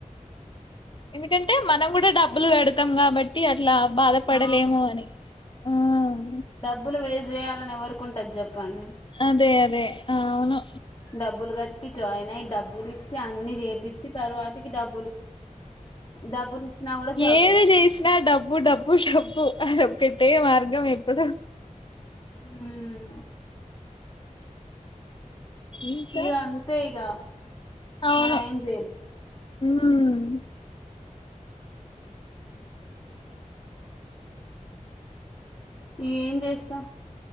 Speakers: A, on the left (about 40°); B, on the left (about 20°).
A: ఎందుకంటే మనం కూడా డబ్బులు కడతాం కాబట్టి టి అట్లా బాధపడలేము
B: ఆ
A: అని మ్మ్
B: డబ్బులు వేస్ట్ చేయాలని ఎవరికి ఉంటది చెప్పండి
A: అదే అదే ఆ అవును
B: డబ్బులు కట్టి జాయిన్ అయి డబ్బులిచ్చి అన్ని చేపిచ్చి తర్వాతికి డబ్బులు డబ్బులు ఇచ్చినా కూడా జాబ్
A: ఏమి
B: రాదు
A: చేసినా డబ్బు డబ్బు డబ్బు అది ఓ పెట్టే మార్గం ఎప్పుడు
B: హ్మ్
A: ఇంకా
B: ఇగా అంతే ఇగా
A: అవును
B: మనం ఎం చేయలేం
A: ఉమ్
B: ఏం చేస్తాం